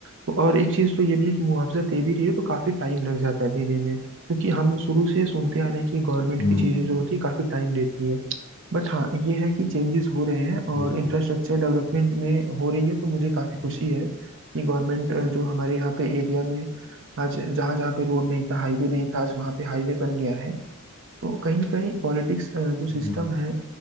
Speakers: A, on the right; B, on the left.
A: तो और एक चीज तो ये भी है कि मुआवजा दे भी रही है तो काफी टाइम लग जाता है देने में क्योंकि हम शुरू से सुनते आ रहे हैं कि गवर्नमेंट
B: हम्म
A: की चीजें जो होती है काफी टाइम लेती है बट हाँ ये है कि चेंजेस हो रहे हैं और
B: बिल्कुल
A: इंफ्रास्ट्रक्चर डेवलपमेंट में हो रही है तो मुझे काफी खुशी है कि गवर्नमेंट जो हमारे यहाँ पे एरिया में आज जहाँ जहाँ पे रोड नहीं था हाईवे नहीं था आज वहाँ पे हाईवे बन गया है तो कहीं ना कहीं पॉलिटिक्स जो
B: हम्म
A: सिस्टम है